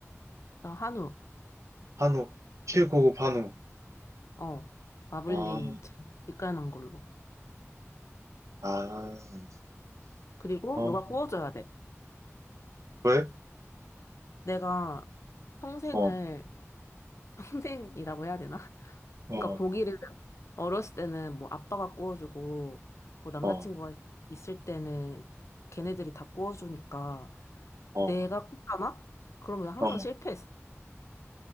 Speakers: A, on the left (about 70°); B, on the right (about 75°).
A: 나 한우,
B: 한우, 최고급 한우.
A: 어, 마블링
B: 아,
A: 참 직관한 걸로.
B: 아,
A: 그리고
B: 어,
A: 누가 구워줘야 돼.
B: 왜?
A: 내가 평생을,
B: 어,
A: <laughs> 평생이라고 해야 되나?
B: 어,
A: 그러니까 고기를 어렸을 때는 뭐 아빠가 구워주고 뭐 남자친구가
B: 어,
A: 있을 때는 걔네들이 다 구워주니까
B: 어,
A: 내가 굽잖아? 그러면 항상
B: 어.
A: 실패했어.